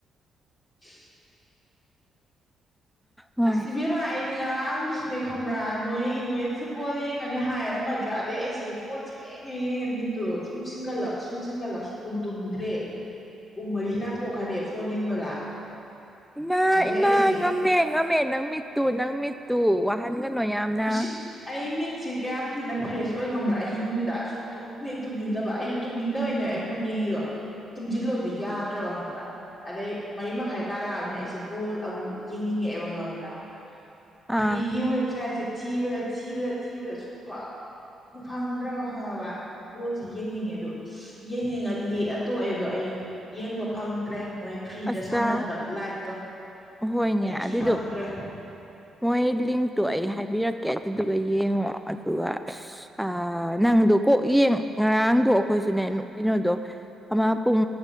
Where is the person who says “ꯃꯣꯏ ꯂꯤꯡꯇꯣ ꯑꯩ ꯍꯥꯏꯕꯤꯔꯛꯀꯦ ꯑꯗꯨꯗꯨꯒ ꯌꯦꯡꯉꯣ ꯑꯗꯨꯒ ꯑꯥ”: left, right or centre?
Centre